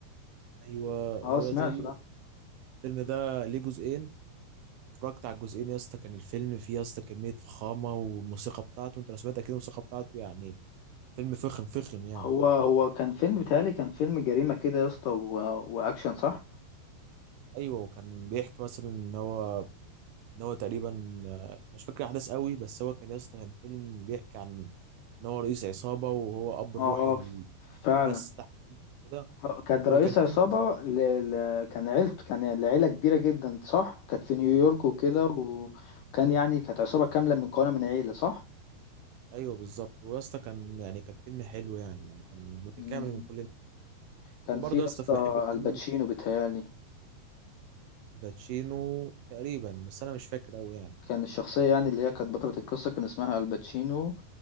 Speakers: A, on the right; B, on the left.
A: ايوه هو
B: اه سمعته
A: زيه
B: ده
A: الفيلم ده ليه جزئين اتفرجت على الجزئين يا اسطى كان الفيلم فيه يا اسطى كميه فخامه والموسيقى بتاعته انت لو سمعت اكيد الموسيقى بتاعته يعني فيلم فخم فخم يعني
B: هو هو كان فيلم بيتهيألي كان فيلم جريمة كده يا اسطى و- وأكشن صح؟
A: ايوه وكان بيحكي مثلا ان هو ان هو تقريبا آه، مش فاكر احداث قوي بس هو كان يا اسطى كان فيلم بيحكي عن ان هو رئيس عصابه وهو اب
B: اه
A: الروحي للناس
B: فعلا
A: تحت كده
B: آه، كانت
A: وكان
B: رئيس عصابة
A: فيلم يا اسطى-
B: ل... ل... كان عيلته كان العيلة كبيرة جدا صح؟ كانت في نيويورك وكده
A: ايوه
B: و- وكان
A: ايوه
B: يعني كانت عصابة كاملة من مكونة من عيلة صح؟
A: ايوه بالظبط ويا اسطى كان يعني كان فيلم حلو يعني يعني كان متكامل
B: مم.
A: من كل
B: كان
A: وبرضه
B: في يا
A: يا اسطى
B: اسطى
A: بحب فيلم
B: الباتشينو بيتهيألي
A: الباتشينو تقريبا بس انا مش فاكر قوي يعني
B: كان الشخصية يعني اللي هي كانت بطلة القصة كان اسمها الباتشينو